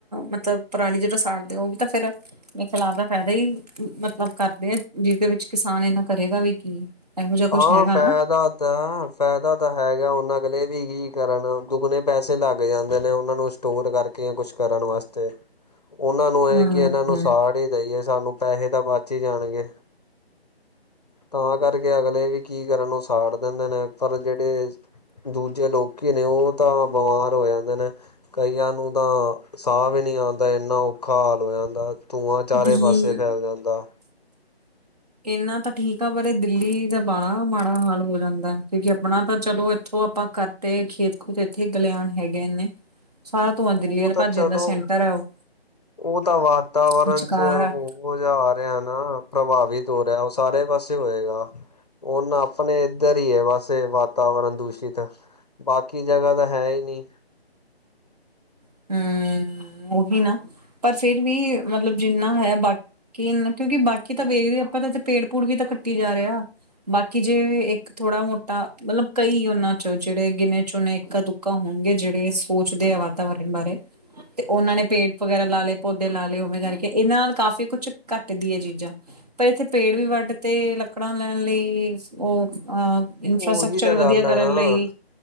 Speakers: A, on the right; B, on the left.
A: ਮਤਲਬ ਪਰਾਲੀ ਜਿਹੜਾ ਸਾੜਦੇ ਉਹ ਵੀ ਤਾਂ ਫਿਰ। ਮ ਖਲਾਫ ਦਾ ਫਾਇਦਾ ਹੀ ਮਤਲਬ ਕਰਦੇ ਆ ਜਿਹਦੇ ਵਿੱਚ ਕਿਸਾਨ ਇਨਾ ਕਰੇਗਾ ਵੀ ਕੀ। ਇਹੋ ਜਿਹਾ ਕੁਛ
B: ਹਾਂ
A: ਹੈਗਾ
B: ਫਾਇਦਾ
A: ਨਾ।
B: ਤਾਂ ਫਾਇਦਾ ਤਾਂ ਹੈਗਾ ਉਹਣ ਅਗਲੇ ਵੀ ਕੀ ਕਰਨ ਦੁੱਗਣੇ ਪੈਸੇ ਲੱਗ ਜਾਂਦੇ ਨੇ ਉਹਨਾਂ ਨੂੰ ਸਟੋਰ ਕਰਕੇ ਕੁਛ ਕਰਨ ਵਾਸਤੇ। ਉਹਨਾਂ ਨੂੰ ਇਹ
A: ਹਮ
B: ਕਿ ਇਹਨਾਂ ਨੂੰ ਸਾੜ ਹੀ ਦੇਈਏ' ਸਾਨੂੰ ਪੈਸੇ ਤਾਂ ਬਚ ਹੀ ਜਾਣਗੇ। ਤਾਂ ਕਰਕੇ ਅਗਲੇ ਵੀ ਕੀ ਕਰਨ ਉਹ ਸਾੜ ਦਿੰਦੇ ਨੇ ਪਰ ਜਿਹੜੇ ਦੂਜੇ ਲੋਕੀ ਨੇ ਉਹ ਤਾਂ ਬਿਮਾਰ ਹੋ ਜਾਂਦੇ ਨੇ। ਕਈਆਂ ਨੂੰ ਤਾਂ ਸਾਹ ਵੀ ਨਹੀਂ ਆਉਂਦਾ ਇੰਨਾ ਔਖਾ ਹਾਲ ਹੋ ਜਾਂਦਾ ਧੂੰਆਂ ਚਾਰੇ
A: ਦਿੱਲੀ
B: ਪਾਸੇ ਫੈਲ ਜਾਂਦਾ।
A: ਇਹੰਨਾ ਤਾਂ ਠੀਕ ਬਾਰੇ ਦਿੱਲੀ ਦਾ ਬੜਾ ਮਾੜਾ ਹਾਲ ਹੋ ਜਾਂਦਾ' ਕਿਉਂਕਿ ਆਪਣਾ ਤਾਂ ਚਲੋ ਇਥੋਂ ਆਪਾਂ ਕਰ ਤੇ ਖੇਤ-ਖੂਤ ਇੱਥੇ ਖਲਿਆਨ ਹੈਗੇ ਨੇ। ਸਾਰਾ ਧੂੰਆਂ ਦਿੱਲੀ
B: ਉਹ
A: ਵੱਲ
B: ਤਾਂ
A: ਭੱਜ
B: ਚਲੋ
A: ਜਾਂਦਾ ਸੈਂਟਰ ਆ ਉਹ
B: ਉਹ ਤਾਂ ਵਾਤਾਵਰਨ
A: ਵਿਚਕਾਰ
B: ਚ ਉਹ
A: ਆ
B: ਉਹ ਜਾ ਰਿਹਾ ਨਾ ਪ੍ਰਭਾਵਿਤ ਹੋ ਰਿਹਾ ਉਹ ਸਾਰੇ ਪਾਸੇ ਹੋਏਗਾ। ਉਹਨਾ ਆਪਣੇ ਇੱਧਰ ਹੀ ਹੈ ਵਸੇ ਵਾਤਾਵਰਨ ਦੂਸ਼ਿਤ ਬਾਕੀ ਜਗ੍ਹਾ ਤਾਂ ਹੈ ਹੀ ਨਹੀਂ।
A: ਹੂੰ, ਉਹੀ ਨਾ ਪਰ ਫੇਰ ਵੀ ਮਤਲਬ ਜਿੰਨਾ ਹੈ ਬਾਕ ਕੀ ਕਿਉਂਕਿ ਬਾਕੀ ਤਾਂ ਵੇਖਦੇ ਆਪਾਂ ਤਾਂ ਪੇੜ-ਪੂੜ ਵੀ ਤਾਂ ਕੱਟੀ ਜਾ ਰਹੇ ਆ। ਬਾਕੀ ਜੇ ਇੱਕ ਥੋੜਾ ਮੋਟਾ ਮਤਲਬ ਕਈ ਉਹਨਾਂ ਚੋਂ ਜਿਹੜੇ ਗਿਣੇ ਚੋਨੇ ਇੱਕ-ਦੁਕਾ ਕੋਨ ਹੋਣਗੇ ਜਿਹੜੇ ਸੋਚਦੇ ਆ ਵਾਤਾਵਰਨ ਬਾਰੇ। ਤੇ ਉਹਨਾਂ ਨੇ ਪੇੜ ਵਗੈਰਾ ਲਾ ਲਏ ਪੌਦੇ ਲਾ ਲਏ ਉਵੇਂ ਕਰਕੇ ਇਹਨਾਂ ਨਾਲ ਕਾਫ਼ੀ ਕੁਛ ਘੱਟਦੀ ਹੈ ਚੀਜ਼ਾਂ ਪਰ ਇੱਥੇ ਪੇੜ ਵੀ ਵੱਢ ਤੇ ਲੱਕੜਾਂ ਲੈਣ ਲਈ ਉਹ ਅਹ ਇਨਫਰਾਸਟਕਚਰ
B: ਉਹੀ ਤਾਂ
A: ਵਧੀਆ
B: ਗੱਲ
A: ਕਰਨ
B: ਹੈ ਨਾ
A: ਲਈ